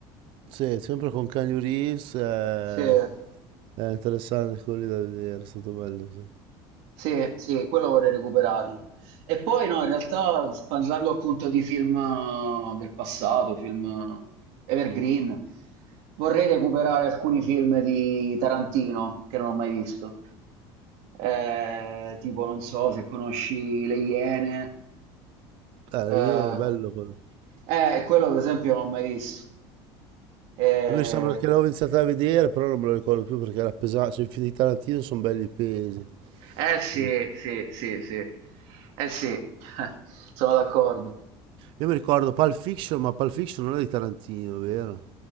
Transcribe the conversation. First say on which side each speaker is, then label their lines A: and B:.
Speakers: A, on the right (about 50°); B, on the right (about 60°).
A: Sì, sempre con Keanu Reeves, eh,
B: Sì.
A: era interessante quello lì da vedere, è stato bello, sì.
B: Sì, sì, quello vorrei recuperarlo. E poi no, in realtà parlando appunto di film eh, del passato, film eh, evergreen, vorrei recuperare alcuni film di Tarantino che non ho mai visto. Eh, tipo, non so se conosci Le Iene.
A: Eh, lì
B: Eh,
A: è bello quello.
B: eh, quello per esempio non l'ho mai visto. Eh,
A: Io mi sembra che l'avevo iniziato a vedere, però non me lo ricordo più perché era pesante, cioè, i film di Tarantino sono belli pesi.
B: eh sì,
A: Quindi-
B: sì, sì, sì. Eh sì, <laughs> sono d'accordo.
A: Io mi ricordo Pulp Fiction, ma Pulp Fiction non è di Tarantino, vero?